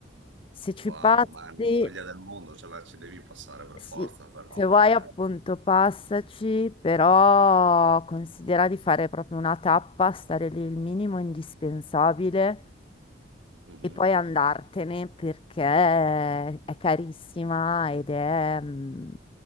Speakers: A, on the left (about 30°); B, on the right (about 85°).
A: Se ci
B: Wow,
A: passi,
B: ma è una meraviglia del mondo, ce la ci devi passare per
A: sì,
B: forza, però,
A: se vuoi
B: vabbè.
A: appunto passaci, però considera di fare proprio una tappa, stare lì il minimo indispensabile
B: Mhm.
A: E poi andartene perché è carissima ed è, mm,